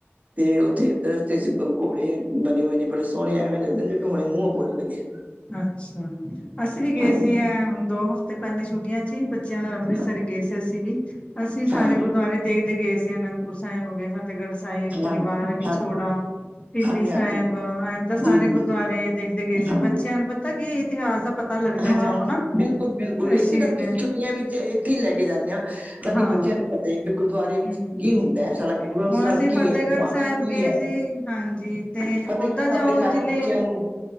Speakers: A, on the right (about 35°); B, on the left (about 25°).
A: ਤੇ ਉੱਥੇ ਰਸਤੇ ਚ ਘੋੜੇ ਬਣੇ ਹੋਏ ਨੇ। ਘੋੜੇ ਐਵੇਂ ਲਗਦੇ, ਕਿ ਹੁਣੇ ਮੂੰਹੋਂ ਬੋਲਣਗੇ।
B: ਅੱਛਾ, ਅਸੀਂ ਵੀ ਗਏ
A: ਹਾਂਜੀ
B: ਸੀ ਐ, ਹੁਣ ਦੋ ਹਫ਼ਤੇ ਪਹਿਲੇ ਛੁੱਟੀਆਂ ਚ ਹੀ ਬੱਚਿਆਂ ਨਾਲ ਅੰਮ੍ਰਿਤਸਰ
A: ਹਾਂਜੀ
B: ਗਏ ਅਸੀ ਵੀ, ਅਸੀ ਸਾਰੇ
A: ਹਾਂਜੀ
B: ਗੁਰਦੁਆਰੇ ਦੇਖਦੇ ਗਏ ਸੀ, ਅਨੰਦਪੁਰ ਸਾਹਿਬ ਹੋ ਗਏ, ਫਤਹ ਫਤਿਹਗੜ੍ਹ ਸਾਹਿਬ, ਪਰਿਵਾਰ
A: ਹਾਂਜੀ
B: ਵਿਛੋੜਾ, ਟਿੱਬੀ
A: ਹਾਂਜੀ
B: ਸਾਹਿਬ,
A: ਹਾਂਜੀ
B: ਆਏ ਤਾਂ ਸਾਰੇ
A: ਜੀ ਜੀ
B: ਗੁਰਦੁਆਰੇ ਦੇਖਦੇ ਗਏ ਸੀ,
A: ਹਾਂਜੀ
B: ਬੱਚਿਆਂ ਨੂੰ ਪਤਾ ਕੀ ਇਤਿਹਾਸ ਦਾ ਪਤਾ ਲੱਗਦਾ
A: ਹਾਂ,
B: ਜਾਓ ਨਾ
A: ਬਿਲਕੁਲ-ਬਿਲਕੁਲ ਇਸੇ
B: ਇਸ ਚੀਜ਼
A: ਕਰਕੇ
B: ਦੇ
A: ਅਸੀਂ ਛੁੱਟੀਆਂ ਵਿੱਚ ਇੱਥੇ ਹੀ ਲੈ ਕੇ ਜਾਂਦੇ ਹਾਂ ਤਾਂ ਕਿ
B: ਹਾਂ
A: ਬੱਚਿਆਂ ਨੂੰ ਵੀ ਗੁਰਦੁਆਰੇ ਵਿੱਚ
B: ਹੂੰ।
A: ਕੀ ਹੁੰਦਾ ਐ ਸਾਡਾ ਗੁਰੂ ਗ੍ਰੰਥ ਸਾਹਿਬ
B: ਹੁਣ ਅਸੀਂ
A: ਕੀ
B: ਫਤਿਹਗੜ੍ਹ
A: ਐ? ਬਾਣੀ
B: ਸਾਹਿਬ
A: ਕੀ
B: ਗਏ
A: ਐ?
B: ਸੀ ਹਾਂਜੀ ਤੇ
A: ਫ਼ਤਿਹਗੜ੍ਹ
B: ਓਦਾਂ
A: ਸਾਹਿਬ
B: ਜਾਓ
A: ਦਿਖਾਇਆ
B: ਜਿਲੇ
A: ਬੱਚਿਆਂ ਨੂੰ,